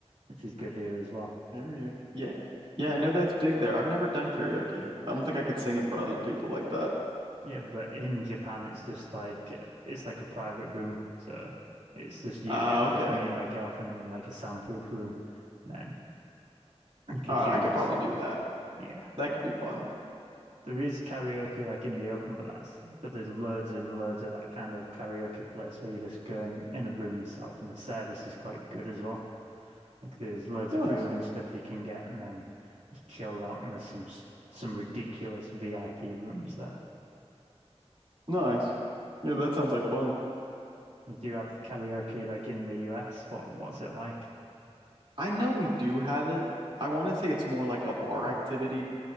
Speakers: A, on the right (about 85°); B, on the right (about 50°).
A: which is good here as well.
B: Karaoke. Yeah. Yeah, I know that's big there. I've never done karaoke. I don't think I could sing in front of other people like that.
A: Yeah, but in Japan it's just like it's like a private room. So it's just you
B: Ah,
A: it was just
B: okay.
A: me and my girlfriend in like a soundproof room. And then you can
B: All
A: choose
B: right, I could
A: the
B: probably
A: songs.
B: do that.
A: Yeah.
B: That could be fun.
A: There is karaoke like in the open, but that's but there's loads and loads of that kind of karaoke place where you just go in, in a room yourself, and the service is quite good as well. Like there's loads
B: Nice.
A: of food and stuff you can get, and then just chilled out. And there's some some ridiculous VIP rooms there.
B: Nice. Yeah, that sounds like fun.
A: Like, do you have karaoke like in the US? What what's it like?
B: I know we do have it. I want to say it's more like a bar activity